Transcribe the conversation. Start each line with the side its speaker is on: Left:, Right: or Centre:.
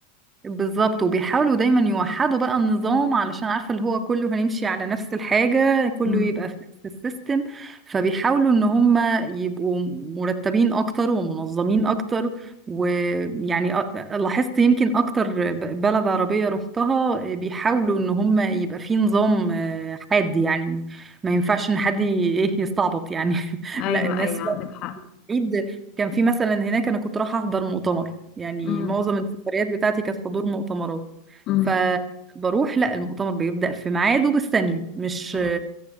Right: بالظبط وبيحاولوا دايما يوحدوا بقى النظام علشان عارفة اللي هو كله هنمشي على نفس الحاجة كله
Left: امم
Right: يبقى في نفس السيستم فبيحاولوا ان هم يبقوا مرتبين اكتر ومنظمين اكتر ويعني أ- لاحظت يمكن اكتر ب- بلد عربية رحتها بيحاولوا ان هم يبقى في نظام آه، حاد يعني ما ينفعش ان حد ي- ايه يستعبط يعني <laughs>
Left: ايوه
Right: لا الناس
Left: ايوه عندك حق
Right: عيد كان في مثلا هناك انا كنت رايحه احضر مؤتمر يعني
Left: امم
Right: معظم السفريات بتاعتي كانت حضور مؤتمرات
Left: امم
Right: فبروح لا المؤتمر بيبدأ في ميعاده بالثانية مش
Left: أمم.